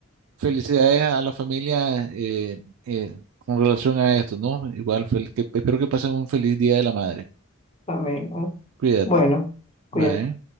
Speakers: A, on the right (about 80°); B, on the left (about 30°).
A: Felicidades a la familia eh, eh, con relación a esto, ¿no? Igual, fel- que, espero que pasen un feliz Día de la Madre.
B: Amén. ¿no?
A: Cuídate.
B: Bueno, cuídate.
A: Bye.